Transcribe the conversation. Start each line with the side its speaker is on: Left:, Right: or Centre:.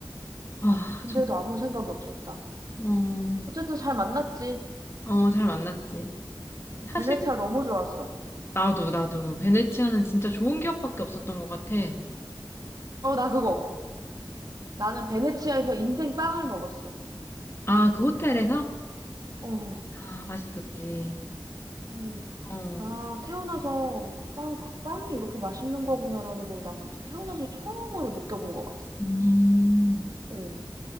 Left: 아,
Right: 근데도
Left: 정,
Right: 아무 생각이 없었다.
Left: 어,
Right: 어쨌든 잘 만났지.
Left: 어, 잘 만났지. 사실,
Right: 베네치아 너무 좋았어.
Left: 나도, 나도, 베네치아는 진짜 좋은 기억밖에 없었던 것 같아.
Right: 어, 나 그거. 나는 베네치아에서 인생 빵을 먹었어.
Left: 아, 그 호텔에서?
Right: 어.
Left: 아, 맛있었지.
Right: 음,
Left: 어.
Right: 나 태어나서 빵, 빵이 이렇게 맛있는 거구나라는 걸 나 그때 태어나서 처음으로 느껴본 것 같아.
Left: 음.
Right: 응.